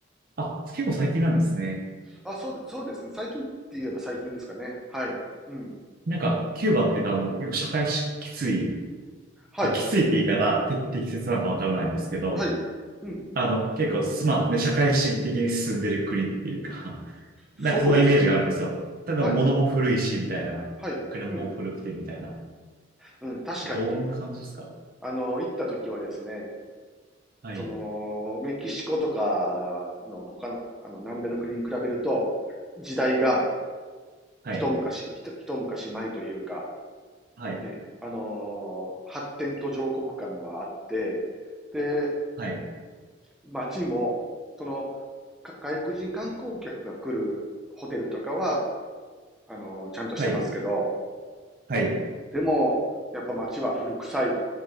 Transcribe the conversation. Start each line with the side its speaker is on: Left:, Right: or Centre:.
Right: あ、結構最近なんですね。
Centre: あ、そうで、そうですね。最近って言えば最近ですかね。はい。うん。
Right: なんか、キューバってあの、結構社会し、きつい、
Centre: はい。
Right: きついって言い方、て適切なのかわからないですけど、
Centre: はい。うん。
Right: あの、結構す、まあ、ね、社会主義的に進んでる国っていうか、
Centre: そうですね。
Right: なんかそのイメージがあるんですよ。ただ物も古いし、
Centre: はい。
Right: みたいな。
Centre: はい。
Right: 車も古くて、
Centre: うん。
Right: みたいな。
Centre: うん。確かに、
Right: どんな感じですか
Centre: あの、行った時はですね、
Right: はい。
Centre: その、メキシコとかの他の、あの、南米の国に比べると、時代が
Right: はい。
Centre: 一昔、一一昔前というか、
Right: はい
Centre: ね、あのー発展途上国感があって、で、
Right: はい、
Centre: 街も、その、外国人観光客が来るホテルとかは、あのーちゃんとしてますけど、
Right: はい、はい、
Centre: でも、やっぱ街は古臭い